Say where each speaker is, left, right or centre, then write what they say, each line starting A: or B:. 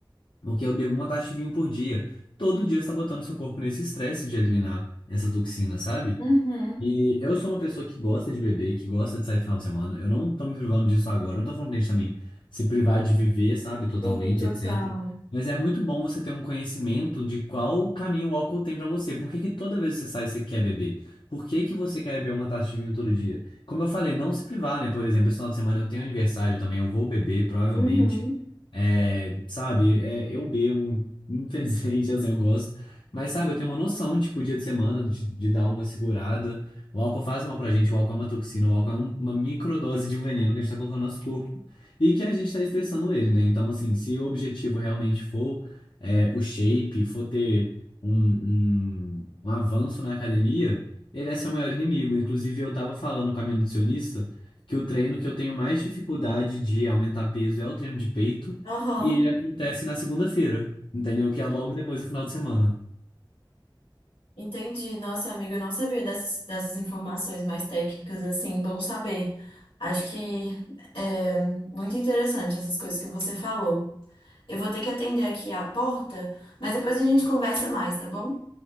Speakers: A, on the left (about 65°); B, on the left (about 90°).
A: porque eu bebo uma taça de vinho por dia. Todo dia você está botando seu corpo nesse estresse de eliminar essa toxina, sabe?
B: uhum.
A: E eu sou uma pessoa que gosta de beber, que gosta de sair final de semana. Eu não tô me privando disso agora. Eu não tô falando pra gente também se privar de viver, sabe, totalmente,
B: Sim, total.
A: etc. Mas é muito bom você ter um conhecimento de qual caminho o álcool tem pra você. Por que que toda vez que você sai, você quer beber? Por que que você quer beber uma taça de vinho todo dia? Como eu falei, não se privar, né? Por exemplo, esse final de semana eu tenho aniversário também, eu vou beber, provavelmente.
B: Uhum.
A: É, sabe, é, eu bebo, infelizmente, <laughs> assim, eu gosto. Mas, sabe, eu tenho uma noção, tipo, dia de semana, de, de dar uma segurada. O álcool faz mal pra gente, o álcool é uma toxina, o álcool é um- uma microdose de um veneno que a gente tá colocando no nosso corpo e que a gente tá estressando ele, né? Então, assim, se o objetivo realmente for é, o shape, for ter um, um, um avanço na academia, ele é seu maior inimigo. Inclusive, eu tava falando com a minha nutricionista que o treino que eu tenho mais dificuldade de aumentar peso é o treino de peito
B: Aham.
A: e ele acontece na segunda-feira, entendeu? Que é logo depois do final de semana.
B: Entendi. Nossa, amiga, eu não sabia dessas, dessas informações mais técnicas, assim, bom saber. Acho que é muito interessante essas coisas que você falou. Eu vou ter que atender aqui a porta, mas depois a gente conversa mais, tá bom?